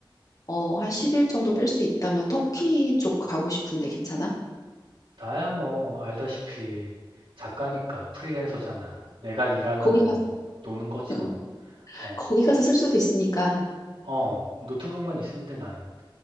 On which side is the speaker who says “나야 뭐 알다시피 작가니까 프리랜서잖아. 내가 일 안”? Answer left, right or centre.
Right